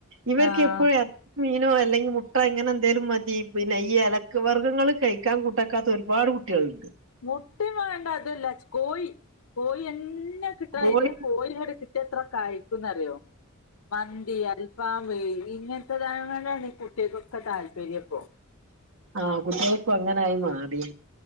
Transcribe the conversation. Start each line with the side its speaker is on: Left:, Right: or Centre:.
Right: ഇവർക്കെപ്പോഴും
Left: ആഹ്
Right: എ മീനോ അല്ലെങ്കിൽ മുട്ട ഇങ്ങനെ എന്തേലും മതി. പിന്നെ എലക്ക വർഗങ്ങള് കഴി ക്കാൻ കൂട്ടാക്കാത്ത ഒരുപാട് കുട്ട്യാള്ണ്ട്
Left: മുട്ടിം വാണ്ട തല്ല കോയി കോയെന്നെ <unintelligible>
Right: കോഴി
Left: കോയി കിട്ട്യാ എത്ര കഴിക്കുന്നറിയോ മന്തി അൽഫാം പ്പി ഇങ്ങൻത്തെതായതോണ്ടാണ് കുട്ട്യാക്കൊക്കെ താല്പര്യംപ്പൊ
Right: ആ കുട്ട്യാള്പ്പങ്ങനായി മാറി